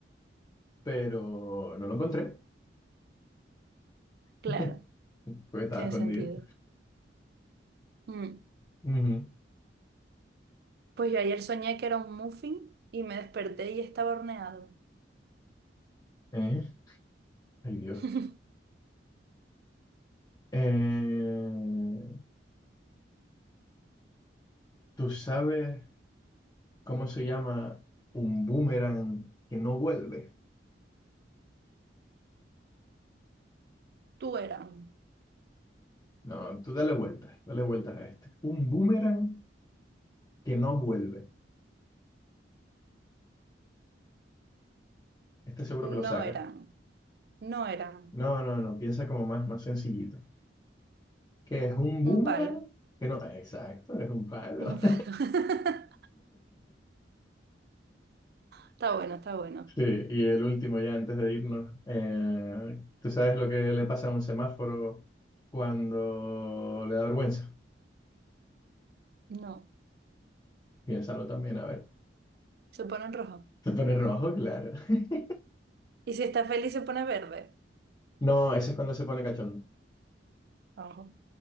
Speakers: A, on the left; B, on the right.
A: pero no lo encontré,
B: Claro,
A: <laughs> porque estaba
B: tiene
A: escondido.
B: sentido. Mm.
A: Ujú.
B: Pues yo ayer soñé que era un muffin y me desperté y estaba horneado.
A: Eh, Ay, Dios.
B: <laughs>
A: Eh, ¿tú sabes cómo se llama un boomerang que no vuelve?
B: Tú eran,
A: No, tú dale vueltas, dale vueltas a este. Un boomerang que no vuelve. Este seguro que lo sacas.
B: no eran, no eran.
A: No, no, no, piensa como más, más sencillito. ¿Qué es un boomerang?
B: Un palo,
A: Que no, exacto, es un palo.
B: un
A: <laughs>
B: palo. <laughs> Está bueno, está bueno.
A: Sí, y el último ya antes de irnos. eh, ¿tú sabes lo que le pasa a un semáforo cuando le da vergüenza?
B: No,
A: Piénsalo también, a ver.
B: se pone en rojo.
A: Se pone rojo, claro. <laughs>
B: Y si está feliz se pone verde.
A: No, ese es cuando se pone cachondo.
B: Ojo.